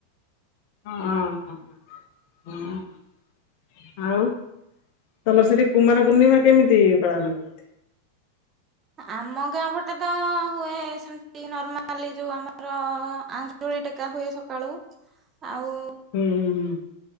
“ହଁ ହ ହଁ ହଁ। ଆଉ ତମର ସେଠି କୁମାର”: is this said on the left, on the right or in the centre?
Left